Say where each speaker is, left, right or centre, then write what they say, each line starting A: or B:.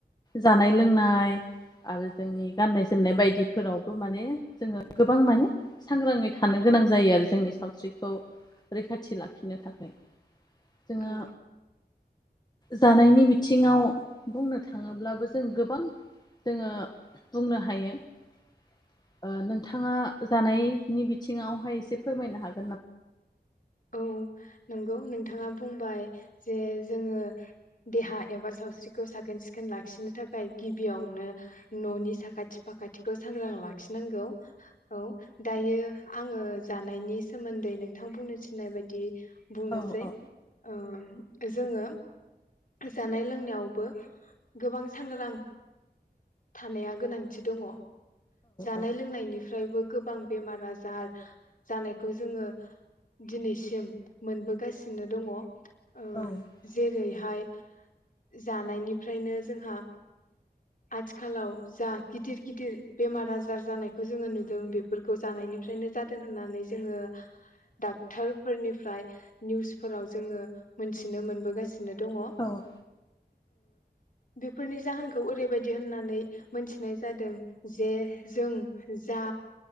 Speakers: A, on the left; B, on the left.
A: जानाय लोंनाय आरो जोंनि गाननाय जोमनाय बायदिफोरावबो माने जोङो गोबां माने सांग्राङै थानो गोनां जायो आरो जोंनि सावस्रिखौ रैखाथि लाखिनो थाखाय जोङा
B: औ
A: जानायनि बिथिङाव बुंनो थाङोब्लाबो जों गोबां जोङो बुंनो हायो ओ नोंथाङा जानायनि बिथिङावहाय इसे फोरमायनो हाग
B: औ नों नंगौ नोंथाङा बुंबाय जे जोङो देहा एबा सावस्रिखौ साखोन सिखोन लाखिनो थाखाय गिबियावनो न'नि साखाथि फाखाथिखौ सांग्रां लाखिनांगौ। औ दायो आङो जानायनि सोमोन्दै नोंथां बुंनो थिनाय बायदि बुंनोसै
A: औ औ
B: ओ जोङो जानाय लोंनायावबो गोबां सांग्रां। थानाया गोनांथि दङ। जानाय
A: औ
B: लोंनायनिफ्रायबो गोबां बेमार आजार जानाय खौ जोङो दिनैसिम मोनबोगासिनो दङ। ओ
A: औ
B: जेरैहाय जानायनिफ्रायनो जोंहा आथिखालाव जा गिदिर गिदिर बेमार आजार जानायखौ जोङो नुदों बेफोरखौ जानायनिफ्रायनो जादों होननानै। जोङो डक्टरफोरनिफ्राय निउसफोराव जोङो मोनथिनो मोनबोगासिनो दङ। ओ
A: औ
B: बेफोरनि जाहोनखौ ओरैबायदि होननानै मोनथिनाय जादों जे जों जा